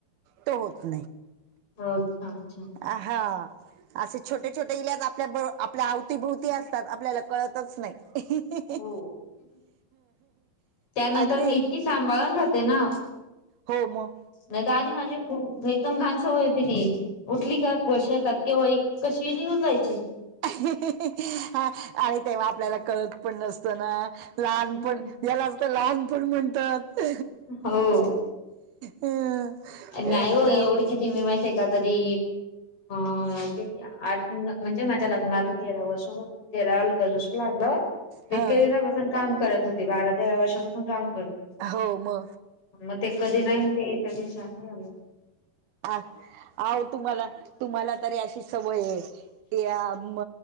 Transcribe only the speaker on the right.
तो होत नाही.
हा, असे छोटे-छोटे इलाज आपल्या ब आपल्या आवती-भोवती असतात, आपल्याला कळतच नाही, ही-ही-ही
अगदी.
हो मग.
हा आणि तेव्हा आपल्याला कळत पण नसत ना, लहान
पण यालाच तर लहानपण म्हणतात.
अ
एकदम
हा
हो म.
आ आहो तुम्हाला, तुम्हाला तरी अशी सवय आहे. या म